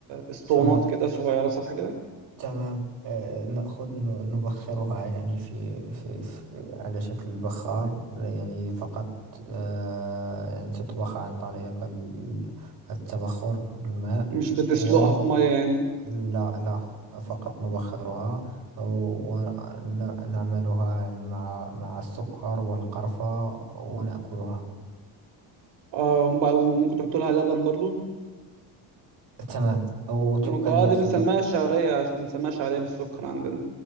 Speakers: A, on the right; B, on the right.
A: اسطوانات
B: تمام
A: كده صغيرة صح كده
B: تمام آه، نأخذ ن- نبخرها يعني في, في, في على شكل بخار يعني فقط آه، يعني تطبخ عن طريق ال- التبخر الماء
A: مش بتسلقها
B: ومن
A: في مية يعني
B: لا لا فقط نبخرها ونعملها يعني مع مع السكر والقرفة ونأكلها
A: اه وب- وممكن تحط لها لبن برضو
B: تمام وتبقى
A: ممكن اه
B: لي يا
A: دي
B: صديقي
A: بنسميها شعرية بنسميها شعرية بالسكر عندنا